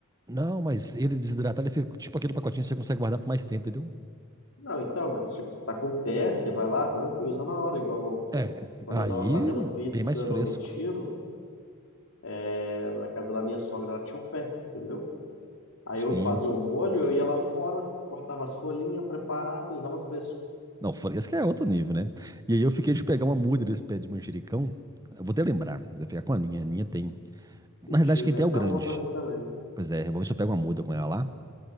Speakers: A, on the right (about 15°); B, on the left (about 70°).
A: Não, mas ele desidratado, ele fica tipo aquele pacotinho que você consegue guardar por mais tempo, entendeu?
B: Não, então, mas tipo, você tá com o pé, você vai lá, arranca e usa na hora. Igual
A: É,
B: quando
A: aí
B: eu tava fazendo
A: bem
B: pizza
A: mais fresco.
B: no Retiro, é, na casa da minha sogra, ela tinha o pé, entendeu? Aí
A: Sim.
B: eu fazia o molho, eu ia lá fora, cortava as folhinhas, preparava e usava fresco.
A: Não, fresca é outro nível, né? E aí eu fiquei de pegar uma muda desse pé de manjericão. Eu vou até lembrar, vou pegar com a Ninha. A Ninha tem.
B: Se
A: Na
B: tivesse,
A: realidade, quem tem é o grande.
B: arruma pra mim também.
A: Pois é, eu vou ver se eu pego uma muda com ela lá.